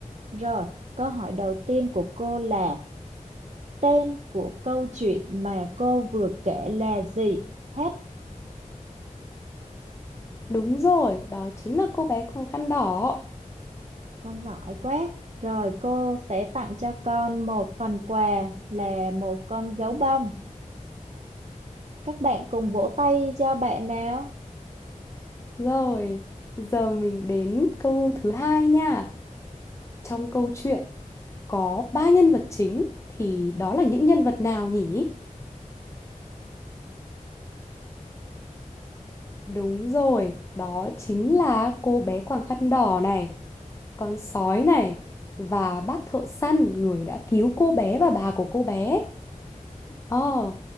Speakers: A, on the right; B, on the left.
A: Rồi, câu hỏi đầu tiên của cô là tên của câu chuyện mà cô vừa kể là gì? Hết,
B: Đúng rồi, đó chính là cô bé quàng khăn đỏ.
A: con giỏi quá. Rồi cô sẽ tặng cho con một phần quà là một con gấu bông. Các bạn cùng vỗ tay cho bạn nào.
B: Rồi, giờ mình đến câu thứ hai nha. Trong câu chuyện có ba nhân vật chính thì đó là những nhân vật nào nhỉ? Đúng rồi, đó chính là cô bé quàng khăn đỏ này, con sói này và bác thợ săn người đã cứu cô bé và bà của cô bé. Ờ,